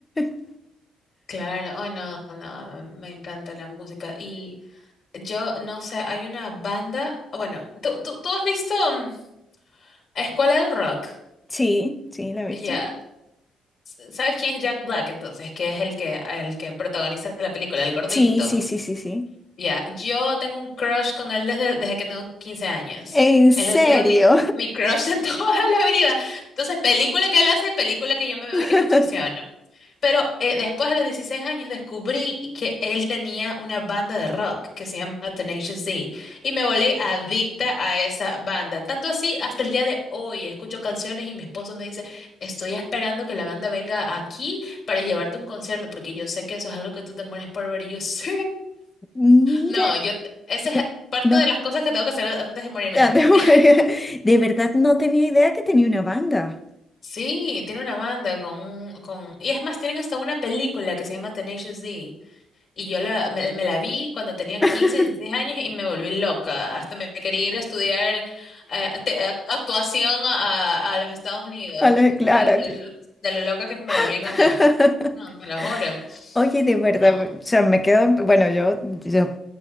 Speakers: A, on the left; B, on the left.
A: <laughs>
B: claro. Oh, no, no, me encanta la música. Y yo, no sé, hay una banda. Bueno, tú, tú, tú has visto mm, Escuela del Rock.
A: Sí, sí, ¿la he visto?
B: Ya. S- ¿Sabes quién es Jack Black entonces? Que es el que, el que protagoniza la película, el gordito.
A: Sí, sí, sí, sí, sí.
B: Ya, Yo tengo un crush con él desde, desde que tengo 15 años.
A: ¿En serio?
B: Él ha sido mi, mi crush de <laughs> toda la vida. Entonces, película que él hace, película que yo me veo
A: <laughs>
B: y que me obsesiono. Pero eh, después de los 16 años descubrí que él tenía una banda de rock que se llama Tenacious D y me volví adicta a esa banda. Tanto así, hasta el día de hoy escucho canciones y mi esposo me dice, estoy esperando que la banda venga aquí para llevarte a un concierto porque yo sé que eso es algo que tú te mueres por ver y yo sí.
A: Mira,
B: No, yo, t- esa
A: no,
B: es parte
A: no,
B: de las cosas que tengo que hacer antes de morirme
A: ah,
B: también.
A: de <laughs>
B: <laughs>
A: de verdad no tenía idea que tenía una banda.
B: Sí, tiene una banda con, un- con... Y es más, tienen hasta una película que se llama Tenacious D. Y yo la, me, me la vi cuando tenía
A: <laughs>
B: 15 16 años y me volví loca. Hasta me quería ir a estudiar eh, te- ac- actuación a, a los Estados Unidos.
A: Claro,
B: De,
A: claro.
B: lo de lo loca que me volví
A: <laughs>
B: con él. No, te lo juro.
A: Oye, de verdad,
B: No,
A: o sea, me quedo, bueno, yo, yo